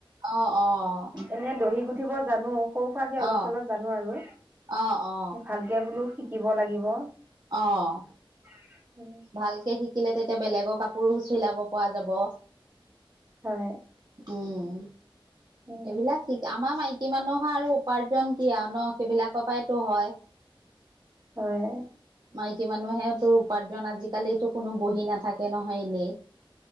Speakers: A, on the right; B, on the right.
A: অ', অ'।
B: এনে দহি গুঠিব জানো, সৰু সুৱাকে অলপ-চলপ
A: অ
B: জানো আৰু,
A: অ অ
B: ভাল কে বোলো শিকিব লাগিব।
A: অ'।
B: অ', উম।
A: ভালকে শিকিলে তেতিয়া বেলেগৰ কাপোৰো চিলাব পৰা যাব।
B: হয়।
A: উম।
B: উম,
A: এইবিলাক শিক, আমাৰ মাইকী মানুহৰ আৰু উপাৰ্জন কি আৰু ন? সেইবিলাকৰ পৰাইতো হয়।
B: হয়।
A: মাইকী মানুহেতো উপাৰ্জন, আজিকালিতো কোনো বহি নাথাকে নহয় এনেই।